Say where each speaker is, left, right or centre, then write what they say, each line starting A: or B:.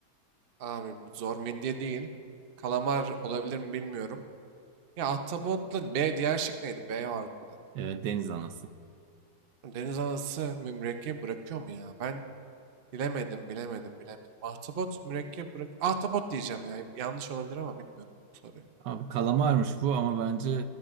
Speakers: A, on the right; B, on the right.
A: Abi bu zor. Midye değil. Kalamar olabilir mi bilmiyorum. Ya Ahtapot'la B diğer şık neydi? B vardı bir de.
B: Ee, Deniz anası.
A: Deniz anası mü- mürekkep bırakıyor mu ya? Ben bilemedim, bilemedim, bilemedim. Ahtapot mürekkep bırak. Ahtapot diyeceğim ya. Yanlış olabilir ama bilmiyorum bu soruyu.
B: Abi kalamarmış bu ama bence